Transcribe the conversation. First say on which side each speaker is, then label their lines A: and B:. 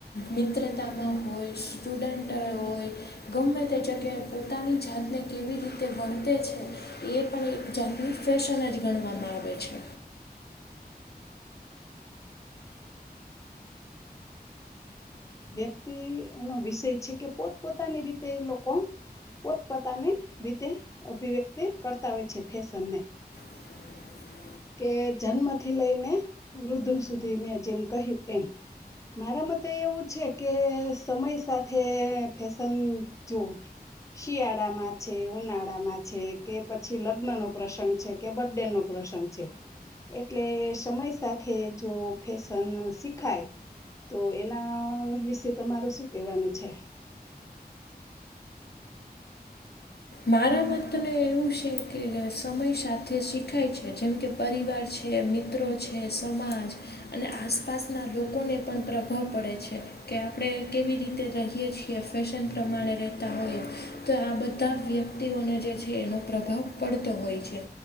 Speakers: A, on the left; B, on the left.
A: મિત્રતામાં હોય સ્ટુડન્ટ હોય. ગમે તે જગ્યાએ પોતાની જાતને કેવી રીતે વર્તે છે, એ પણ એક જા ફેશન જ ગણવામાં આવે છે.
B: વ્યક્તિ નો વિષય છે કે પોત પોતાની રીતે એ લોકો પોતપોતાની રીતે અભિવ્યક્તિ કરતા હોય છે ફેશનને.
A: હમ.
B: કે જન્મથી લઈને વૃદ્ધો સુધી મેં જેમ કહ્યું એમ. મારા મતે એવું છે કે સમય સાથે ફેશન જોવું. શિયાળામાં છે ઉનાળામાં છે કે પછી લગ્ન નો પ્રસંગ છે કે બર્થડે નો પ્રસંગ છે. છે, એટલે સમય સાથે જો ફેશન શીખાય. તો એના વિશે તમારું શું કેહેવાનું છે?
A: મારા મતને એવું છે કે સમય સાથે શીખાય છે જેમ કે પરિવાર છે. છે મિત્રો છે સમાજ, અને આસપાસના લોકોને પણ પ્રભાવ પડે છે. કે આપણે કેવી રીતે રહીએ છીએ ફેશન પ્રમાણે રહેતા હોઈએ, તો આ બધા બધા વ્યક્તિઓને જે છે એનો પ્રભાવ પડતો હોય છે,